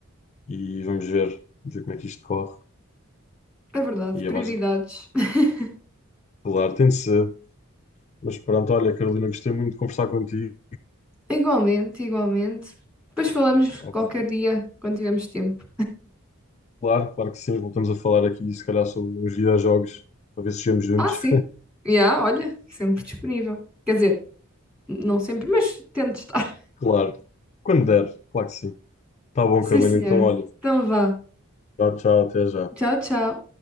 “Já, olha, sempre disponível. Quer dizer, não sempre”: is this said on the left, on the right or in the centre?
Centre